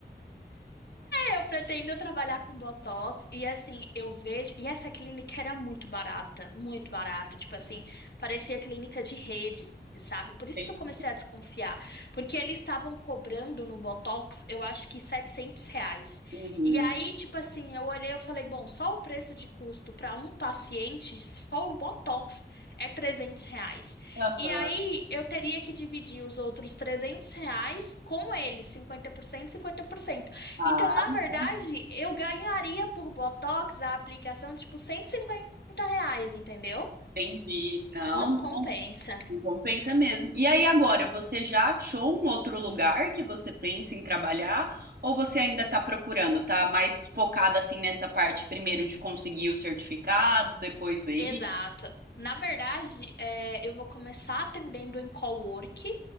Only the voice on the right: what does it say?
Sim.
Uhum.
Aham.
Ah,
não,
entendi. Não.
Não compensa mesmo. E aí agora, você já achou um outro lugar que você pensa em trabalhar? Ou você ainda está procurando? Tá mais focada assim nessa parte primeiro de conseguir o certificado, depois ver isso?